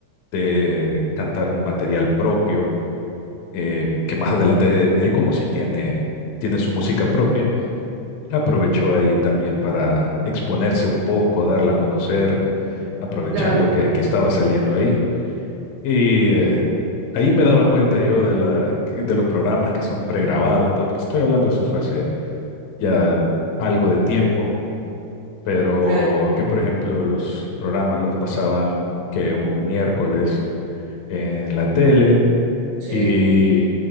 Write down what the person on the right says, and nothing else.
claro,
claro,
sí.